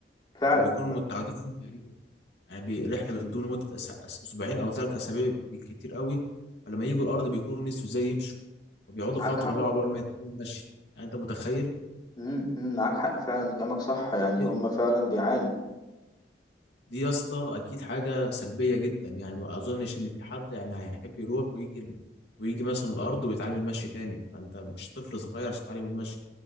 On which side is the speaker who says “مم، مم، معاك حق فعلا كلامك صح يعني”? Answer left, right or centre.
Left